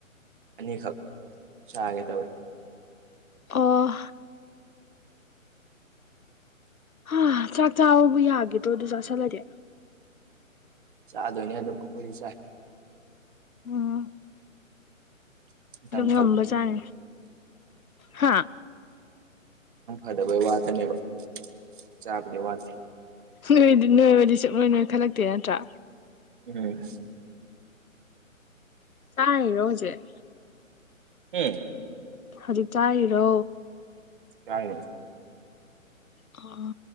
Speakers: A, on the right (about 40°); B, on the left (about 90°).
A: ꯑꯅꯤꯈꯛ ꯆꯥꯒꯦ ꯇꯧꯔꯤ꯫
B: ꯑꯣ꯫ ꯍꯥ ꯆꯥꯛ ꯆꯕꯕꯨ ꯌꯥꯒꯤꯗ꯭ꯔꯣ ꯑꯗꯨ ꯆꯁꯜꯂꯗꯤ꯫
A: ꯆꯥꯗꯣꯏꯅꯦ ꯑꯗꯨꯝ ꯑꯩꯈꯣꯏꯗꯤ ꯆꯥꯏ꯫
B: ꯑꯣ꯫
A: <inaudible> ꯍꯛꯆꯥꯡ
B: ꯉꯝꯕꯖꯥꯠꯅꯤ ꯍꯥ
A: ꯐꯗꯕꯩ ꯋꯥꯗꯅꯦꯕ ꯆꯥꯕꯗꯤ ꯋꯥꯗꯦ꯫
B: ꯅꯣꯏꯗꯤ ꯅꯣꯏꯕꯗꯤ ꯁꯨꯛꯅꯣꯏ ꯅꯣꯏꯈꯜꯂꯛꯇꯦ ꯅꯠꯇ꯭ꯔꯥ꯫
A: ꯎꯝ꯫
B: ꯆꯥꯏꯔꯣ ꯍꯧꯖꯤꯛ꯫
A: <unintelligible>
B: ꯍꯧꯖꯤꯛ ꯆꯥꯔꯤꯔꯣ꯫
A: ꯌꯥꯥꯏꯅꯦ꯫
B: ꯑꯣ